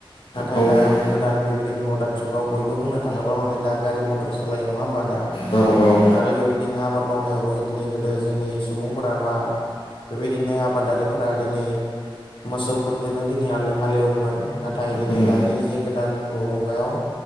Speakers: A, on the left (about 70°); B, on the left (about 80°).
A: नाथाय
B: औ
A: दा गोदान बेबायदिनो मरदान जुगाव बयबो बुंनो थाङोब्ला माने दा गारि मथर सालायो नङा होनोमबा दा
B: औ औ
A: आरो बेबायदिनो आबाद मावनायावबो दिनि गोदो जोंनि सुबुंफोरा मा बेबायदिनो आबादारिफोरा दिनै मोसौफोरदोनो दिनै हालेव हालेवोमोन नाथाय दिनै
B: उम
A: दानि जि गोदान मु-मु मुगायाव